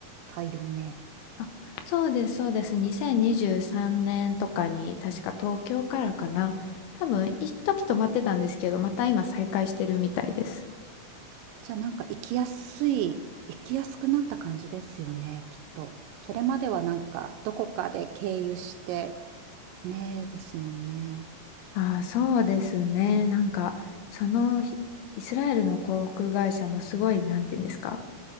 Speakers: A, on the right; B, on the left.
A: たよね。
B: あそうです、そうです。2023年とかに、確か東京からかな。多分、一時止まってたんですけど、また今再開してるみたいです。
A: じゃあ、なんか、行きやすい、行きやすくなった感じですよね、きっと。それまでは、なんか、どこかで経由して、ねえ、ですもんね。
B: ああ、そうですね。なんか、そのひ、イスラエルの航空会社もすごい、なんていうんですか。